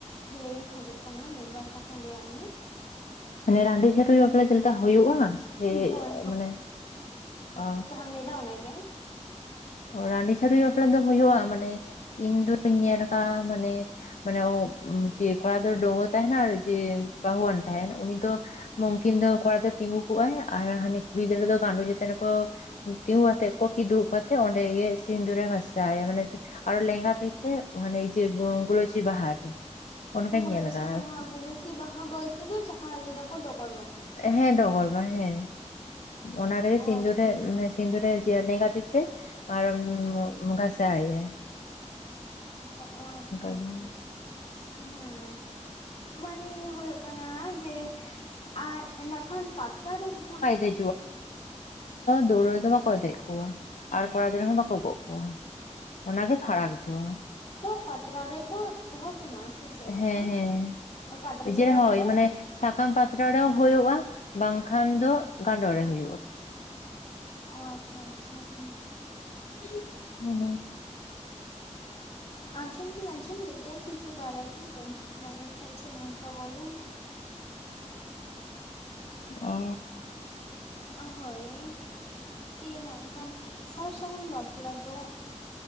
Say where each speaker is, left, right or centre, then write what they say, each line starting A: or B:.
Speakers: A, on the left; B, on the left.
A: ᱞᱟᱹᱭᱤᱧ ᱠᱷᱚᱡᱚᱜ ᱠᱟᱱᱟ ᱢᱤᱫ ᱵᱟᱨ ᱠᱟᱛᱷᱟ ᱞᱟᱹᱭᱟᱜ ᱢᱮ?
B: ᱢᱟᱱᱮ ᱨᱟᱺᱰᱤ ᱪᱷᱟᱹᱰᱩᱭ ᱵᱟᱯᱞᱟ ᱪᱮᱫ ᱞᱮᱠᱟ ᱦᱩᱭᱩᱜᱼᱟ ᱥᱮ
A: ᱦᱳᱭ
B: ᱢᱟᱱᱮ ᱚᱻ
A: ᱞᱟᱹᱭ ᱫᱚ ᱚᱱᱟᱜᱮ
B: ᱨᱟᱺᱰᱤ ᱪᱷᱟᱹᱰᱩᱭᱤ ᱵᱟᱯᱞᱟ ᱫᱚ ᱦᱩᱭᱩᱜᱼᱟ ᱢᱟᱱᱮ ᱤᱧ ᱫᱚᱧ ᱧᱮᱞ ᱟᱠᱟᱜᱼᱟ ᱢᱟᱱᱮ ᱢᱟᱱᱮ ᱡᱮ ᱠᱚᱲᱟ ᱰᱟᱹᱜᱩᱣᱟᱹ ᱛᱟᱦᱮᱱᱟ ᱟᱨ ᱡᱮ ᱵᱟᱹᱦᱩᱣᱟᱱ ᱛᱟᱦᱮᱱ ᱩᱱᱤ ᱫᱚ ᱢᱚᱝᱠᱤᱱ ᱫᱚ ᱠᱚᱲᱟ ᱜᱤᱫᱽᱨᱟᱹ ᱛᱤᱸᱜᱩ ᱠᱚᱜᱼᱟᱭ ᱟᱨ ᱦᱟᱱᱤ ᱠᱩᱲᱤ ᱜᱤᱫᱽᱨᱟᱹ ᱫᱚ ᱜᱟᱸᱰᱚ ᱪᱮᱛᱟᱱ ᱨᱮᱠᱚ ᱛᱤᱸᱜᱩ ᱠᱛᱮᱜ ᱠᱚᱠᱤ ᱫᱩᱲᱩᱵ ᱠᱟᱛᱮᱜ ᱚᱸᱰᱮ ᱜᱮ ᱥᱤᱸᱫᱩᱨᱮ ᱜᱷᱟᱥᱟᱣᱟ ᱢᱟᱱᱮ ᱟᱨᱦᱚ ᱞᱮᱜᱟ ᱛᱤᱛᱮ ᱦᱟᱱᱮ ᱤᱭᱟᱹ ᱜᱩᱞᱳᱪᱤ ᱵᱟᱦᱟᱨ ᱨᱮ ᱚᱱᱠᱟᱧ
A: ᱜᱩᱞᱟᱹᱪᱤ
B: ᱧᱮᱞ ᱟᱠᱟᱜᱼᱟ
A: ᱵᱟᱦᱟ ᱜᱩᱞᱟᱹᱪᱤ ᱵᱟᱦᱟ ᱵᱚᱞᱛᱮ ᱫᱚ ᱡᱟᱦᱟᱸ ᱞᱟᱹᱭ ᱫᱟᱠᱚ ᱰᱚᱜᱚᱨ ᱵᱟᱦᱟ᱾ ᱦᱮᱸ
B: ᱦᱮ ᱰᱚᱜᱚᱨ ᱵᱟᱦᱟ ᱦᱮ ᱚᱱᱟᱨᱮ
A: ᱚ
B: ᱥᱤᱸᱫᱩᱨᱮ
A: ᱟᱪᱪᱷᱟ ᱟᱪᱪᱷᱟ
B: ᱥᱤᱸᱫᱩᱨᱮ ᱡᱤᱭᱟᱹ ᱞᱮᱸᱜᱟ ᱛᱤ ᱛᱮ ᱟᱨ ᱜᱷᱟᱥᱟᱣ ᱟᱭᱟᱭ ᱾
A: ᱚ ᱟᱪᱪᱷᱟ
B: ᱜᱮ
A: ᱟᱪᱪᱷᱟ ᱦᱮᱸ ᱾ ᱢᱟᱱᱮ ᱦᱩᱭᱩᱜ ᱠᱟᱱᱟ ᱡᱮ ᱟᱡ ᱱᱟᱜᱠᱷᱟᱱ ᱯᱟᱛᱨᱟᱨᱮ ᱡᱟᱦᱟ
B: <inaudible> ᱟᱫᱚ ᱫᱟᱹᱣᱲᱟᱹ ᱨᱮᱫᱚ ᱵᱟᱠᱚ ᱫᱮᱡ ᱠᱚᱣᱟ ᱾ ᱟᱨ ᱠᱚᱲᱟ ᱜᱤᱫᱽᱨᱟᱹ ᱦᱚᱸ ᱵᱟᱠᱚ ᱜᱚᱜ ᱠᱚᱣᱟ ᱚᱱᱟᱜᱮ ᱯᱷᱟᱨᱟᱠ ᱫᱚ᱾
A: ᱯᱟᱛᱨᱟ ᱨᱮᱠᱚ ᱫᱚᱦᱚ ᱠᱤᱱᱟ ᱥᱮ ᱪᱮᱫ
B: ᱦᱮᱸ
A: ᱞᱮᱠᱟ
B: ᱦᱮᱸ
A: ᱯᱟᱛᱲᱟ
B: <unintelligible>
A: ᱪᱮᱛᱟᱱ
B: ᱦᱳᱭ
A: ᱨᱮᱠᱚ
B: ᱢᱟᱱᱮ ᱥᱟᱠᱟᱢ ᱯᱟᱛᱲᱟ ᱨᱮᱦᱚᱸ ᱦᱳᱭᱳᱜᱼᱟ ᱵᱟᱝᱠᱷᱟᱱ ᱫᱚ ᱜᱟᱸᱰᱳ ᱨᱮ ᱦᱳᱭᱳᱜᱼᱟ ᱾
A: ᱚ ᱟᱪᱪᱷᱟ ᱟᱪᱪᱷᱟ ᱾
B: <unintelligible>
A: ᱟᱸᱡᱚᱢ ᱫᱚᱧ ᱟᱸᱡᱚᱢ ᱞᱮᱫ ᱜᱮᱭᱟ ᱠᱤᱱᱛᱩ ᱵᱟᱲᱟᱭ ᱫᱚ ᱵᱟᱹᱧ ᱵᱟᱲᱟᱭ ᱛᱟᱦᱮᱸ ᱡᱮ ᱱᱚᱝᱠᱟ ᱵᱚᱞᱮ ᱾
B: ᱚ ᱾
A: ᱚ ᱦᱳᱭ ᱾ <inaudible> ᱱᱟᱜᱠᱷᱟᱱ ᱥᱟᱨ ᱥᱟᱹᱜᱩᱱ ᱵᱟᱯᱞᱟ ᱫᱚ